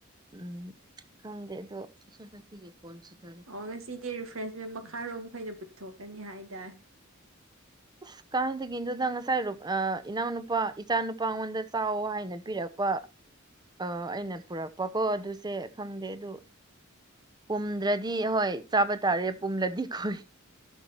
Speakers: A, on the right; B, on the right.
A: ꯎꯝ ꯈꯪꯗꯦ ꯑꯗꯨ ꯏꯁꯩ ꯁꯛꯄꯤꯒꯤ ꯀꯣꯟꯁꯤ ꯀꯔꯤ
B: ꯑꯣ ꯉꯁꯤꯗꯤ ꯔꯤꯐ꯭ꯔꯦꯁꯃꯦꯟ ꯃꯈꯥꯔꯣꯝꯈꯣꯏꯅ ꯄꯨꯊꯣꯛꯀꯅꯤ ꯍꯥꯏꯗꯥꯏ
A: ꯑꯁ ꯀꯥꯏꯗꯒꯤꯅꯣꯗ ꯉꯁꯥꯏ ꯑꯥ ꯏꯅꯥꯎꯅꯨꯄꯥ ꯏꯆꯥ ꯅꯨꯄꯥ ꯉꯣꯟꯗ ꯆꯥꯎ ꯍꯥꯏꯅ ꯄꯤꯔꯛꯄ ꯑ ꯑꯩꯅ ꯄꯨꯔꯛꯄꯀꯣ ꯑꯗꯨꯁꯦ ꯈꯪꯗꯦ ꯑꯗꯨ ꯄꯨꯝꯗ꯭ꯔꯗꯤ ꯍꯣꯏ ꯆꯥꯕ ꯇꯥꯔꯦ ꯄꯨꯝꯂꯗꯤ ꯈꯨꯏ